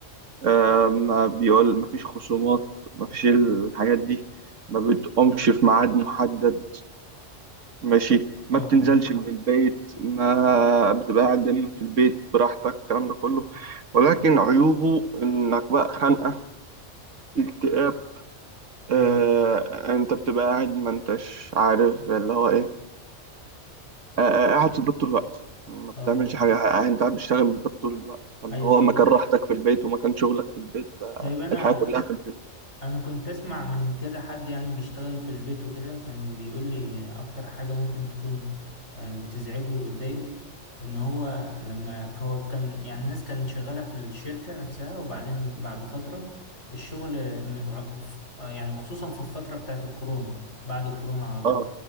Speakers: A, on the right; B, on the left.
A: آه ما بيقول ما فيش خصومات ما فيش الحاجات دي ما بتقومش في ميعاد محدد ماشي
B: اه
A: ما بتنزلش
B: اه
A: من البيت ما بتبقى قاعد دايما في البيت براحتك الكلام ده كله ولكن عيوبه انك بقى خانقة اكتئاب آه
B: ايوه
A: انت بتبقى قاعد ما انتش عارف اللي هو ايه آه آه، آه، قاعد في البيت طول الوقت ما بتعملش
B: اه اه
A: حاجة آه، انت قاعد بتشتغل من البيت طول الوقت فاللي
B: ايوه
A: هو
B: طب
A: مكان راحتك في البيت ومكان شغلك في البيت
B: طيب انا
A: فالحياة كلها في البيت
B: انا كنت اسمع من كذا حد يعني بيشتغل في البيت وكده كان بيقول لي اكتر حاجة ممكن تكون آه، بتزعجه وبتضايقه ان هو لما هو كان يعني الناس كانت شغالة في الشركة نفسها وبعدين بعد فترة الشغل من- ع- ف- آه، يعني خصوصا في الفترة بتاعت الكورونا بعد الكورونا على طول
A: اه